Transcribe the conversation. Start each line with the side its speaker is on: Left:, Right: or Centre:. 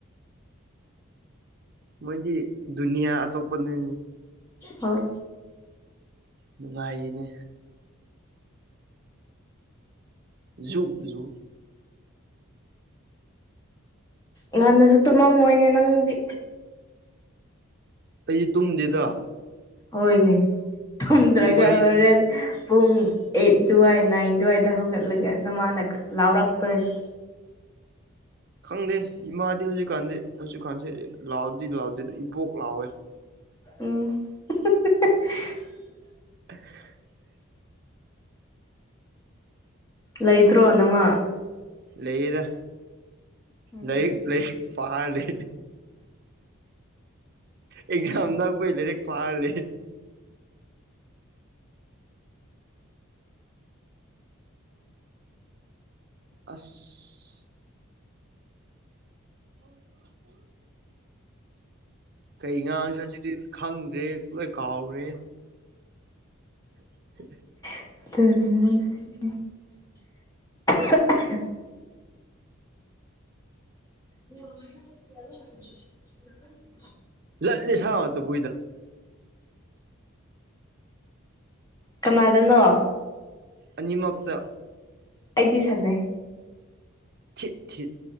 Right: ꯃꯣꯏꯗꯤ ꯗꯨꯅꯤꯌꯥ ꯑꯇꯣꯞꯄꯅꯤ꯫
Left: ꯍꯣꯏ꯫
Right: ꯅꯨꯡꯉꯥꯏꯌꯦꯅꯦ ꯖꯨ ꯖꯨ
Left: ꯉꯟꯅꯁꯨ ꯇꯨꯝꯃꯝꯃꯣꯏꯅꯦ ꯅꯪꯗꯤ꯫
Right: ꯑꯩꯗꯤ ꯇꯨꯝꯗꯦꯗ꯫
Left: ꯍꯣꯏꯅꯦ꯫ ꯊꯨꯝꯗ꯭ꯔꯒ
Right: ꯄꯨꯡ ꯃꯔꯤ
Left: ꯍꯣꯔꯦꯟ ꯄꯨꯡ ꯑꯩꯠ ꯑꯗꯨꯋꯥꯏ, ꯅꯥꯏꯟ ꯑꯗꯨꯋꯥꯏꯗ ꯍꯧꯒꯠꯂꯒ ꯅꯃꯥꯅ ꯂꯥꯎꯔꯛꯇꯣꯏꯗ
Right: ꯈꯪꯗꯦ, ꯏꯃꯥꯗꯤ ꯍꯧꯖꯤꯛꯀꯥꯟꯗꯤ, ꯍꯧꯖꯤꯛꯀꯥꯟꯁꯦ ꯂꯥꯎꯗꯤ ꯂꯥꯎꯗꯦꯗ, ꯏꯕꯣꯛ ꯂꯥꯎꯋꯦ꯫ <inaudible>
Left: ꯎꯝ <inaudible>
Right: <inaudible>
Left: ꯂꯩꯇ꯭ꯔꯣ ꯅꯃꯥ꯫
Right: ꯂꯩꯌꯦꯗ꯫
Left: ꯎꯝ
Right: ꯂꯩ, ꯂꯩ꯫ ꯄꯥꯜꯂꯤ ꯑꯦꯛꯖꯥꯝ ꯅꯛꯄꯒꯤ ꯂꯥꯏꯔꯤꯛ ꯄꯥꯔꯒ ꯂꯩ ꯑꯁ <inaudible> ꯀꯩ ꯉꯥꯡ ꯆꯁꯤꯗꯤ ꯈꯪꯗ꯭ꯔꯦ ꯂꯣꯏ ꯀꯥꯎꯈꯒꯔꯦ <inaudible>
Left: <unintelligible> <unintelligible>
Right: ꯂꯠꯅꯤ ꯁꯥ ꯇꯣ ꯕꯨꯏꯗꯅ
Left: ꯀꯃꯥꯗꯅꯣ
Right: ꯑꯅꯤ ꯃꯛꯇ
Left: ꯑꯩꯗꯤ ꯁꯥꯅꯩ
Right: ꯊꯤꯠ ꯊꯤꯠ